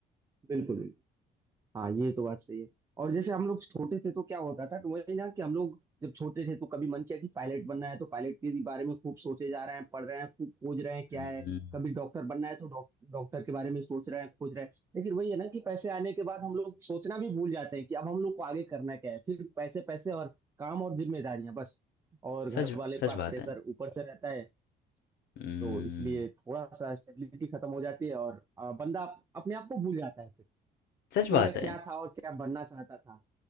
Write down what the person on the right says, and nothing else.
बिल्कुल हाँ ये तो बात सही है और जैसे हम लोग छोटे थे तो क्या होता था तो वही ना कि हम लोग जब छोटे थे तो कभी मन किया कि पायलट बनना है तो पायलट के बारे में खूब सोचे जा रहे हैं पढ़ रहे हैं खूब खोज रहे हैं क्या
है कभी डॉक्टर बनना है तो डॉक, डॉक्टर के बारे में सोच रहे हैं खोज रहे हैं लेकिन वही है ना कि पैसे आने के बाद हम लोग सोचना भी भूल जाते हैं कि अब हम लोग को आगे करना क्या है फिर पैसे पैसे और काम और जिम्मेदारियां बस और घर
वाले
का
प्रेशर
ऊपर से रहता है
तो इसलिए थोड़ा सा स्टेबिलिटी खत्म हो जाती है और अ, बंदा अपने आप को भूल जाता है फिर
कि
मैं
क्या था और क्या बनना चाहता था